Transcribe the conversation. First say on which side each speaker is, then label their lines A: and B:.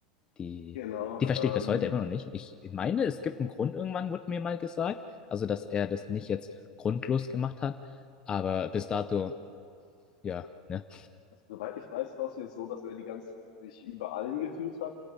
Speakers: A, on the left (about 20°); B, on the left (about 75°).
A: die,
B: genau.
A: die verstehe
B: Ähm,
A: ich bis heute immer noch nicht. Ich meine, es gibt einen Grund, irgendwann wurde mir mal gesagt, also dass er das nicht jetzt grundlos gemacht hat, aber bis dato, ja, ne?
B: Also, soweit ich weiß, war es jetzt so, dass er die ganze Zeit sich über allen gefühlt hat.